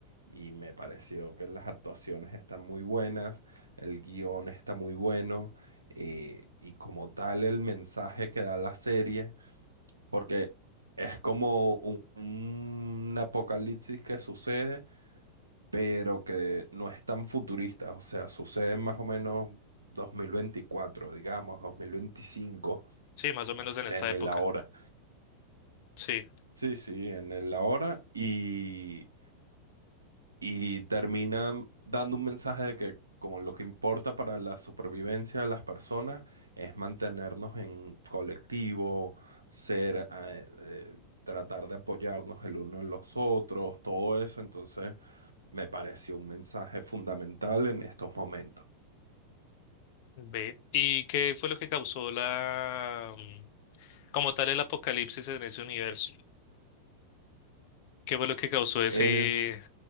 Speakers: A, on the right (about 75°); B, on the left (about 50°).
A: Y me pareció que las actuaciones están muy buenas, el guión está muy bueno, eh, y como tal el mensaje que da la serie, porque es como un un apocalipsis que sucede pero que no es tan futurista, o sea, sucede más o menos 2024, digamos, 2025,
B: sí, más o menos
A: o
B: en
A: sea,
B: esta
A: en
B: época,
A: el ahora.
B: sí,
A: Sí, sí, en el ahora y, y termina dando un mensaje de que como lo que importa para la supervivencia de las personas es mantenernos en colectivo, ser, eh, eh, tratar de apoyarnos el uno en los otros, todo eso, entonces me pareció un mensaje fundamental en estos momentos.
B: ve. ¿Y qué fue lo que causó la, mm, como tal, el apocalipsis en ese universo? ¿Qué fue lo que causó ese,
A: Es,